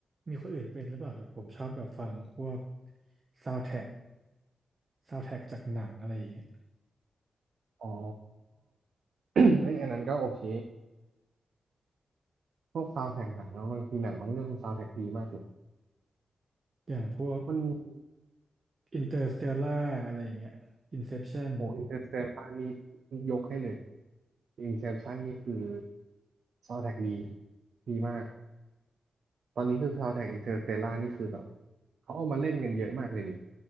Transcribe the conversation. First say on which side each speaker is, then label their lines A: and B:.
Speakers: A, on the right; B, on the right.
A: มีคนอื่นเป็นหรือเปล่าแต่ผมชอบแบบฟังพวกซาวด์แทร็กซาวด์แทร็กจากหนังอะไรอย่างเงี้ย
B: อ๋อ <coughs> เอ้ยอันนั้นก็โอเคพวกซาว n d แทร็กหนังแล้วบางทีหนังบางเรื่องซาว n d แทร็กดีมากเลย
A: อย่างพวก
B: มันมี
A: Interstellar อะไรอย่างเงี้ย Inception
B: โออินเตอร์สเตลานี่ยกให้เลยอินเซปชั่นนี่คือซาว n d แทร็กดีดีมาก ตอนนี้คือ Soundtrack Interstellar นี่คือแบบเขาเอามาเล่นกันเยอะมากเลยนี่